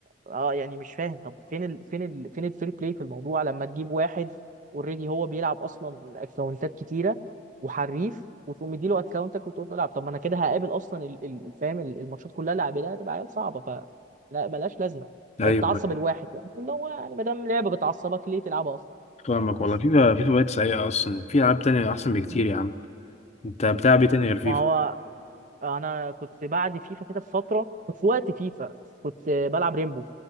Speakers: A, on the right; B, on the left.
A: اه يعني مش فاهم طب فين ال... فين ال... فين الفري بلاي في الموضوع لما تجيب واحد اوريدي هو بيلعب اصلا اكونتات كتيره وحريف وتقوم مديله اكونتك وتقول له العب طب ما انا كده هقابل اصلا ال... ال... فاهم ال- الماتشات كلها اللي هقابلها هتبقى عيال صعبه ف لا ملهاش لازمه
B: ايوه
A: بتعصب
B: أيوة.
A: الواحد يعني اللي هو يعني ما دام لعبه بتعصبك ليه تلعبها اصلا
B: فاهمك والله
A: بس
B: فيفا فيفا بقت سيئه اصلا في العاب تانية احسن بكتير
A: مم.
B: يا عم انت بتلعب ايه تاني غير فيفا
A: ما هو انا كنت بعد فيفا كده بفتره كنت في وقت فيفا كنت بلعب ريمبو